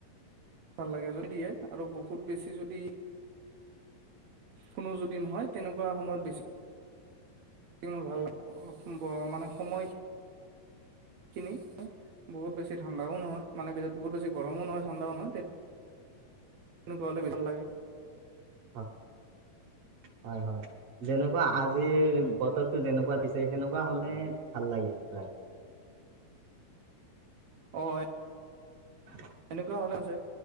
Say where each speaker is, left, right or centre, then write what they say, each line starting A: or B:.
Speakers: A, on the right; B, on the right.
A: ভাল লাগে, যদি দিয়ে আৰু বহুত বেছি যদি কোনো যদি নহয়, তেনেকুৱা সময়ত বেছি মোৰ ভাল <unintelligible> মানে সময়খিনি। বহুত বেছি ঠাণ্ডও নহয়, মানে বহুত বেছি গৰমো নহয়, ঠণ্ডাও নহয় তেনেকুৱা হ'লে ভাল লাগে।
B: হয়, হয়, হয়। যেনেকুৱা আজিৰ বতৰটো যেনেকুৱা দিছে, সেনেকুৱা হ'লে ভাল লাগে চাই।
A: অ'
B: <inaudible>
A: এনেকুৱা হ'লে আছে,